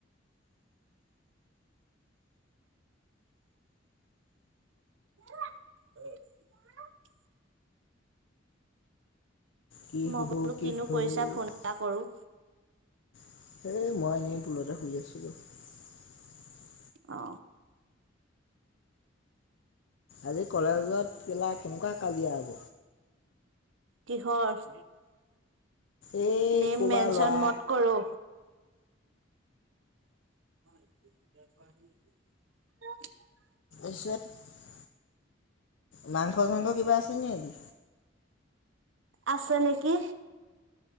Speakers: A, on the right (about 80°); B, on the left (about 70°).
A: <unintelligible>
B: কি
A: মই
B: সুধো
A: বোলো
B: কি
A: কিনো
B: সুধো
A: কৰিছা ফোন এটা কৰো
B: <unintelligible>
A: অ
B: আজি কলেজত কেলা কেনেকুৱা কাজিয়া হব
A: কিহৰ
B: এই
A: নেম
B: ক'বা
A: মেনচন
B: ল'ৰা
A: মত কৰো <unintelligible>
B: <unintelligible> মংস চাংগ কিবা আছে নেকি
A: আছে নেকি